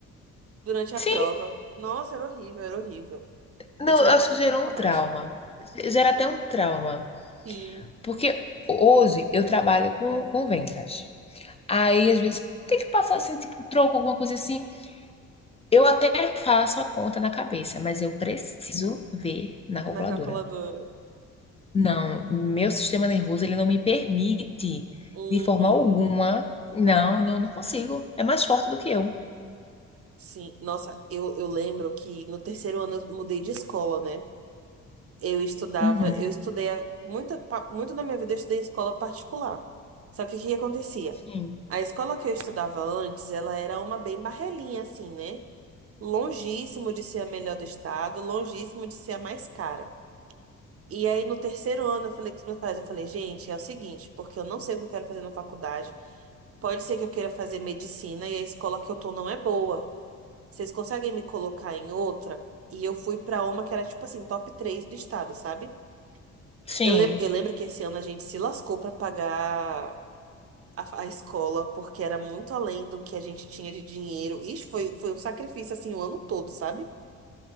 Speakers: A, on the right; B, on the left.
A: durante
B: sim.
A: a prova. Nossa, era horrível, era horrível.
B: Não,
A: Eu tirava
B: eu acho
A: muito
B: que gerou
A: nota
B: um trauma.
A: baixa.
B: Gera até um trauma.
A: Sim,
B: Porque hoje eu trabalho com, com vendas. Aí, às vezes, tem que passar assim, tipo, troco, alguma coisa assim. Eu até faço a conta na cabeça, mas eu preciso ver na calculadora.
A: na calculadora.
B: Não, meu sistema nervoso ele não me permite
A: Uhum.
B: de forma alguma. Não, não, não consigo. É mais forte do que eu.
A: Sim. Nossa, eu, eu lembro que no terceiro ano eu mudei de escola, né? Eu estudava,
B: Uhum,
A: eu estudei a- muita, pa- muito da minha vida eu estudei em escola particular. Só que o que acontecia?
B: Sim.
A: A escola que eu estudava antes, ela era uma bem barrelinha, assim, né? Longíssimo de ser a melhor do estado, longíssimo de ser a mais cara. E aí, no terceiro ano, eu falei com os meus pais, eu falei, gente, é o seguinte, porque eu não sei o que eu quero fazer na faculdade. Pode ser que eu queira fazer medicina e a escola que eu tô não é boa. Vocês conseguem me colocar em outra? E eu fui pra uma que era tipo assim, top 3 do estado, sabe?
B: Sim.
A: Eu, lem- eu lembro que esse ano a gente se lascou pra pagar a, a escola, porque era muito além do que a gente tinha de dinheiro. Isso foi, foi um sacrifício assim o ano todo, sabe?